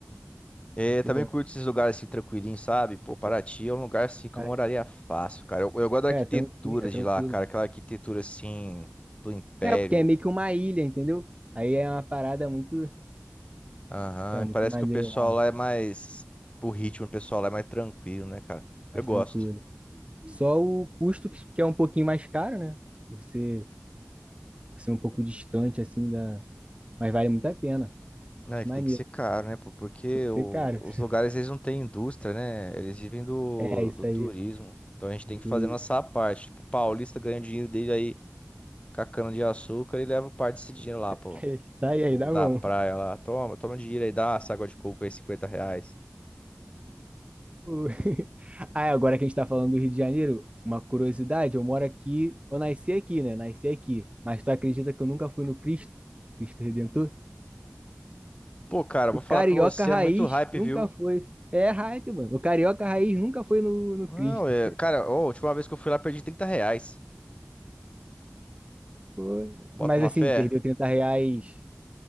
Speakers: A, on the left; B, on the right.
A: é,
B: Muito
A: também
B: bom.
A: curto esses lugares assim tranquilinhos, sabe? Pô, Paraty é um lugar assim que
B: Paraty-
A: eu moraria fácil, cara. Eu, eu gosto da
B: É,
A: arquitetura
B: tranquilo, é tranquilo.
A: de lá, cara, aquela arquitetura assim do Império.
B: É, porque é meio que uma ilha, entendeu? Aí é uma parada muito,
A: Aham,
B: pô, é muito
A: e parece
B: maneiro
A: que o pessoal
B: lá, mano.
A: lá é mais o ritmo do pessoal lá é mais tranquilo, né, cara?
B: mais
A: Eu gosto.
B: tranquilo. Só o custo que que é um pouquinho mais caro, né? Você ser um pouco distante assim da, mas vale muito a pena.
A: É,
B: Acho
A: que
B: maneiro.
A: tem que ser caro, né? pô? Porque
B: Tem que ser
A: o-
B: caro.
A: os
B: <laughs>
A: lugares, eles não têm indústria, né? Eles vivem do,
B: É isso
A: do turismo.
B: aí.
A: Então a gente tem
B: Dois.
A: que fazer a nossa parte. Tipo, o paulista ganha o dinheiro dele aí com a cana de açúcar e leva parte desse dinheiro lá,
B: <laughs>
A: pô.
B: Sai aí,
A: Pô,
B: dá
A: da
B: bom.
A: praia lá. Toma, toma um dinheiro aí, dá essa água de coco aí, cinquenta reais.
B: O- <laughs> Ah, é, agora que a gente tá falando do Rio de Janeiro, uma curiosidade, eu moro aqui, eu nasci aqui, né? Nasci aqui. Mas tu acredita que eu nunca fui no Cristo? Cristo Redentor?
A: Pô, cara, vou
B: O carioca
A: falar pra você,
B: raiz
A: é muito hype,
B: nunca
A: viu?
B: foi. É é hype, mano. O carioca raiz nunca foi no, no
A: Não,
B: Cristo.
A: é... Cara, ó, a última vez que eu fui lá, perdi 30 reais.
B: Pô,
A: Bota
B: Mas
A: uma
B: assim,
A: fé.
B: perdeu 30 reais.